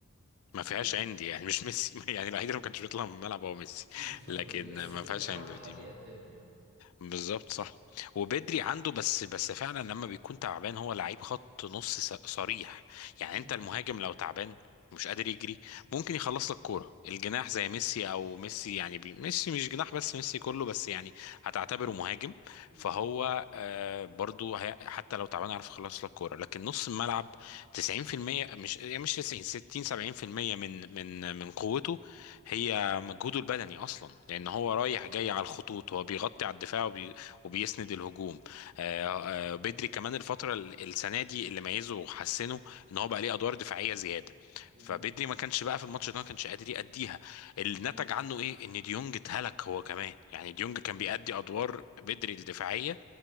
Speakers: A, on the left (about 80°); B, on the right (about 50°).
A: ما فيهاش
B: يجي لأ.
A: عندي يعني مش ميسي <laughs> يعني الوحيد اللي ما كانش بيطلع من الملعب هو ميسي
B: بالظبط
A: لكن
B: لان ميسي
A: ما
B: كده
A: فيهاش
B: كده عنده
A: عندي
B: حاجة
A: دي
B: يقدمها يعني
A: بالظبط صح وبدري عنده بس بس فعلا لما بيكون تعبان هو لعيب خط نص ص- صريح يعني
B: مم.
A: انت المهاجم لو تعبان مش قادر
B: مم.
A: يجري ممكن يخلص لك كوره الجناح
B: مم.
A: زي ميسي او ميسي يعني بي... ميسي مش جناح بس ميسي كله بس يعني هتعتبره مهاجم
B: مم.
A: فهو آه برضو هي... حتى لو تعبان يعرف يخلص لك كوره لكن نص الملعب 90% مش يعني مش 90 60 70% من من من قوته هي مجهوده البدني اصلا لان هو
B: بالظبط
A: رايح جاي على الخطوط هو بيغطي على الدفاع وبي... وبيسند الهجوم آه،
B: مم.
A: آه، بدري كمان الفتره ال- السنه دي اللي ميزه وحسنه ان هو بقى ليه ادوار دفاعيه زياده
B: مم.
A: فبدري ما كانش بقى في الماتش ده ما كانش قادر يأديها اللي نتج
B: مم.
A: عنه ايه ان ديونج اتهلك هو كمان يعني ديونج
B: مم.
A: كان بيأدي ادوار بدري الدفاعيه